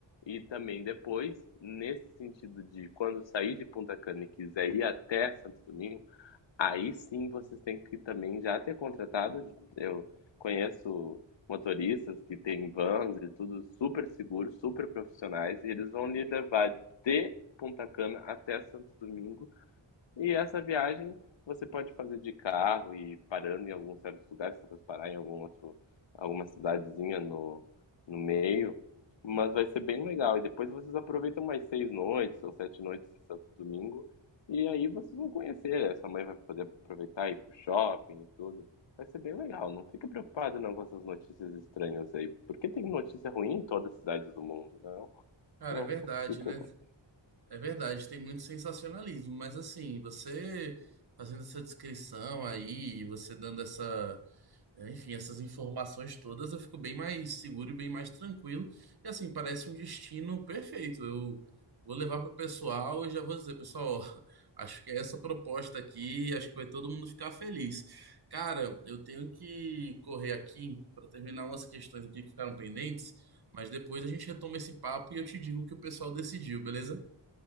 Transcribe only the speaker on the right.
Cara,
é verdade,
né? É verdade, tem muito sensacionalismo, mas assim, você fazendo essa descrição aí, você dando essa É, Enfim, essas informações todas eu fico bem mais seguro e bem mais tranquilo. E assim, parece um destino perfeito. Eu vou levar para o pessoal e já vou dizer, pessoal, ó, <laughs> acho que é essa proposta aqui, acho que vai todo mundo ficar feliz. Cara, eu tenho que correr aqui para terminar umas questões aqui que ficaram pendentes, mas depois a gente retoma esse papo e eu te digo o que o pessoal decidiu, beleza?